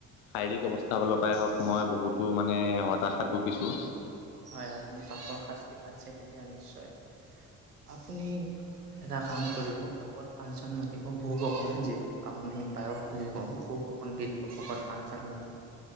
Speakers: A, on the left; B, on the right.
A: শাৰীৰিক অৱস্থা ফালৰ পৰাই হওক মই বহুতো মানে হতাশাত ভুগিছো।
B: হয় আপুনি পাপৰ শাস্তি পাইছে তেতিয়া নিশ্চয়। আপুনি এটা কাম কৰিব ভকত পাঁচজন মাতিব ভোগ অক যিটো কাম পায়স বুলি কওঁ ভোক অকন দি ভকত পাঁচজন মাতি।